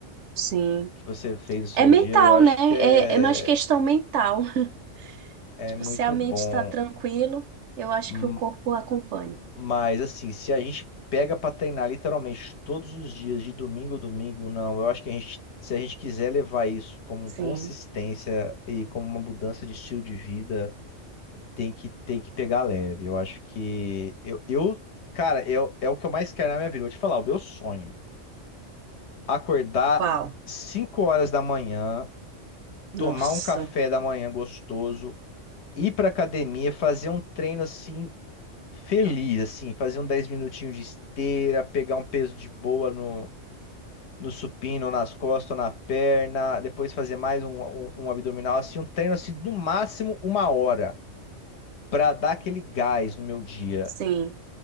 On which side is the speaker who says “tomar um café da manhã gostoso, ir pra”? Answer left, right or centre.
Left